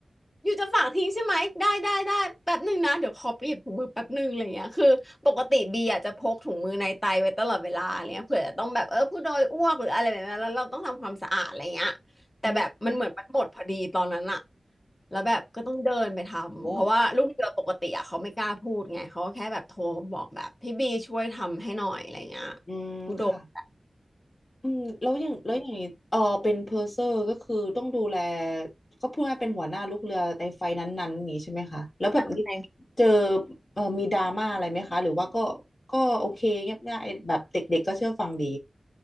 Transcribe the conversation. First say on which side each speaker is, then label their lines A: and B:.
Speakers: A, on the left; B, on the left.
A: อยู่จะฝากทิ้งใช่ไหมได้ได้ได้แป๊บหนึ่งนะเดี๋ยวขอไปหยิบถุงมือแป๊บหนึ่งอะไรเงี้ยคือปกติบีอาจจะพกถุงมือในไตไว้ตลอดเวลาอะไรเงี้ยเผื่อจะต้องแบบเออผู้โดยอ้วกหรืออะไรแบบนั้นแล้วเราต้องทำความสะอาดอะไรเงี้ยแต่แบบมันเหมือนมันหมดพอดีตอนนั้นอะ
B: อืม
A: แล้วแบบก็ต้องเดินไปทำเพราะว่าลูกเรือปกติอะเขาไม่กล้าพูดไงเขาก็แค่แบบโทรมาบอกแบบพี่บีช่วยทำให้หน่อยอะไรเงี้ย
B: โอ้อืมค่ะ
A: ผู้โดย
B: อืมแล้วอย่างแล้วอย่างนี้เออเป็นเพอร์เซอร์ก็คือต้องดูแลก็พูดง่ายๆเป็นหัวหน้าลูกเรือในไฟนั้นๆอย่างนี้ใช่ไหมคะแล้วแบบนี้
A: แสดง
B: เจอเออมีดราม่าอะไรไหมคะหรือว่าก็ก็โอเคเงียบง่ายแบบเด็กๆก็เชื่อฟังดี